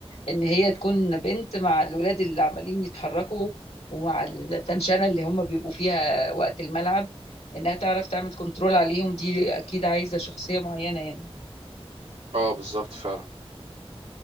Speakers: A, on the left; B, on the right.
A: ان هي تكون بنت مع الولاد اللي عمالين يتحركوا ومع التنشنه اللي هم بيبقوا فيها وقت الملعب انها تعرف تعمل كنترول عليهم دي اكيد عايزه شخصيه معينه يعني
B: اه بالظبط فعلا